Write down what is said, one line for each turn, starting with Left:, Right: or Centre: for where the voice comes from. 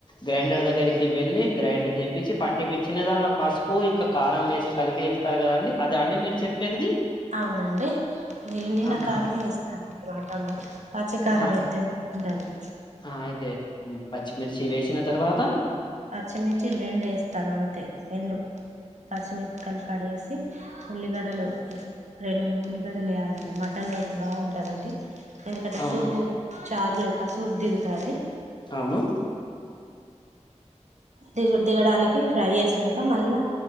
Left: గ్రైండర్ దగ్గరికి వెళ్ళి గ్రైండ్ చేపించి పట్టిపచ్చిన దానిలో పసుపు ఇంకా కారం వేసి కలిపి వస్తారు కదండి అద అండి మీరు చెప్పేది
Right: అవునండి ఎండిన
Left: ఆహా
Right: కారమే ఇస్తా మాటండ పచికారాం
Left: ఆహా
Right: ఎతే బాగుండది
Left: ఆ, అయితే ఉమ్, పచ్చిమిర్చి వేసిన తర్వాత
Right: పచ్చిమిర్చి రెండు వేస్తాను అంతే రెండు పచ్చిమిరపకాయలు కడిగి వేసి ఉల్లిగడలు రెండు మూడు ఉల్లిగడలు వేయాలండి మటన్ లోకి బాగుంటదండి ఇందుకంటే
Left: అవును
Right: సుభు చారు లెక్క సూప్ దిగుతది
Left: అవును
Right: దిగు దిగడానికి ఫ్రై చేసినాక మళ్ళా